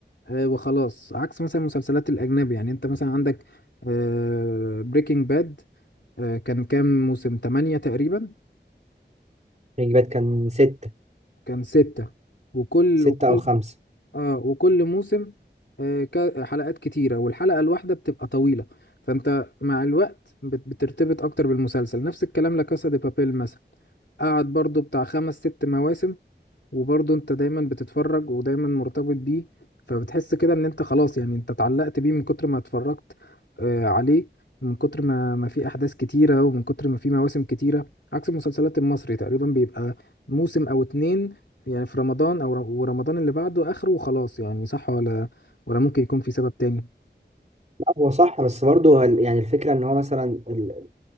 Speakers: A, on the left; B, on the right.
A: آه، وخلاص عكس مثلا المسلسلات الاجنبي يعني انت مثلا عندك آه بريكنج باد آه كان كام موسم تمانية تقريبا
B: الإجابات كان ستة
A: كان ستة وكل
B: ستة
A: وكل
B: أو خمسة
A: اه وكل موسم آه، كا- حلقات كتيرة والحلقة الواحدة بتبقى طويلة فانت مع الوقت بت- بترتبط اكتر بالمسلسل نفس الكلام لكاسا دي بابيل مثلا قعد برضو بتاع خمس ست مواسم وبرضه انت دايما بتتفرج ودايما مرتبط بيه فبتحس كده ان انت خلاص يعني انت اتعلقت بيه من كتر ما اتفرجت آه عليه ومن كتر ما ما في احداث كتيرة ومن كتر ما في مواسم كتيرة عكس المسلسلات المصري تقريبا بيبقى موسم او اتنين يعني في رمضان او ر- ورمضان اللي بعده اخره وخلاص يعني صح ولا ولا ممكن يكون في سبب تاني
B: لا هو صح بس برضه هل- يعني الفكرة إن هو مثلا ال-